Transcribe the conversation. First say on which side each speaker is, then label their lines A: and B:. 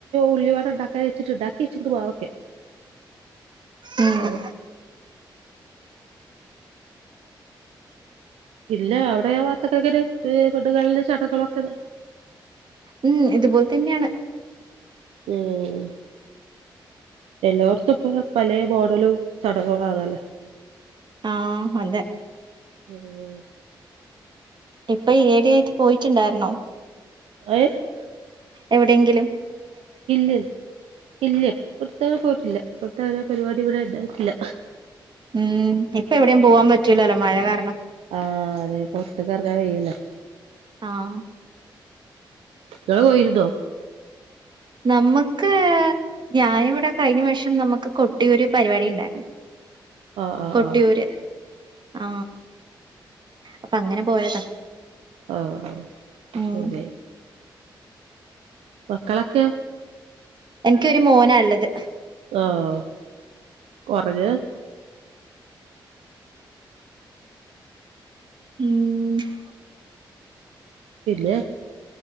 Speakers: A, on the right; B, on the right.
A: ഉള്ളിവാട ഉണ്ടാക്കാ വെച്ചിട്ട് ഇണ്ടാക്കി വെച്ചിട്ട് പോവൊക്കെ
B: ഉം
A: ആഹ് ഇല്ല അവിടെയാ ഭാത്തക്കൊക്ക വീടുകളന്റെ ചടകളൊക്കെ
B: ഉം ഇതുപോലെ തന്നെയാണ്
A: മ്ഹ് - എല്ലാടത്തും ഇപ്പ പലയ ബോഡലും ചടങ്ങുകളാണല്ലേ
B: ആഹ് അതെ
A: ആഹ്
B: ഇപ്പൊ ഏടി ആയിട്ട് പോയിട്ടുണ്ടായിരുന്നോ
A: <unintelligible>
B: എവിടെങ്കിലും
A: ഇല്ല്യ ഇല്ല്യ ഇപ്പട്ത്തെ പോയിട്ടില്ല ഇപ്പൾത്തോരോ പരിപാടി ഇവിടെ ഇണ്ടായിട്ടില്ല
B: ഉം ഇപ്പ എവിടെയും പോവാൻ പറ്റൂലല്ലോ മഴ കാരണം
A: ആഹ് അതെ പൊറത്തക്കെറങ്ങാൻ കെയ്യുലാ
B: ആഹ്
A: ഇങ്ങള് പോയിരുന്നൊ?
B: നമ്മക്ക് ഞാനിവിടെ കഴിഞ്ഞ വേഷം നമുക്ക് കൊട്ടിയ ഒരു പരിപാടി ഉണ്ടായിരുന്നു
A: ആഹ് ആഹ്
B: കൊട്ടിയൂര് ആഹ് അപ്പങ്ങനെ പോയതാ
A: ഓഹ്
B: ഉം
A: സുബയ് മക്കളൊക്കെ
B: എൻക്കൊരു മോനാളെളത്
A: ആഹ് കൊറഞെ
B: ഉം
A: ഇല്ല